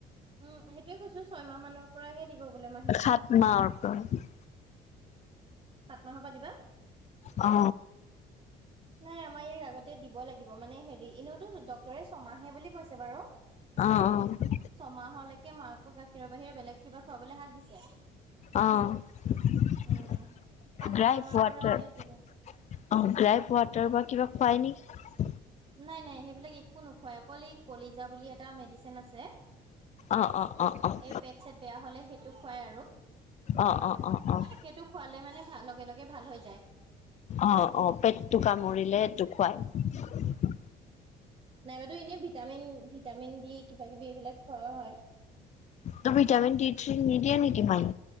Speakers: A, on the right; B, on the left.
A: উম সেইটোয়ে কৈছো ছয়মাহ মানৰ পৰাহে দিব বোলে মাহীয়ে।
B: সাত মাহৰ পৰা
A: সাত মাহৰ পৰা দিবা।
B: অ।
A: নাই আমাৰ ইয়াক আগতে দিব লাগিব মানে হেৰি এনেওটো দক ৰে ছমাহে বুলি কৈছে বাৰু, মানে
B: অ',
A: ছমাহলেকে মাকৰ গাখীৰৰ বাহিৰে বেলেগ কিবা খোৱাবলে শাক দিছে।
B: অ ড্ৰাইফ
A: উম। সাত মাহ মানৰ
B: ৱাটাৰ
A: পৰা সেয়া
B: অ
A: দিব।
B: গ্ৰাইফ ৱাটাৰ বা কিবা খুৱাই নেকি?
A: নাই নাই সেইবিলাক একো নোখুৱাই অকল এই কলিজা বুলি এটা মেডিচিন আছে
B: অ', অ', অ', অ',
A: এই পেট চেট বেয়া হলে সেইটো খুৱাই আৰু।
B: অ', অ', অ', অ',
A: সেইটো খোৱালে মানে ভাল লগে লগে ভাল হৈ যায়।
B: অ অ পেটটো কামুৰিলে সেইটো খুৱাই।
A: নাইবাটো এনেই ভিটামিন ভিটামিন দি কিবা কিবি এইবিলাক খোৱা হয়।
B: ত' ভিটামিন ডি নিদিয়ে নেকি মাৰ?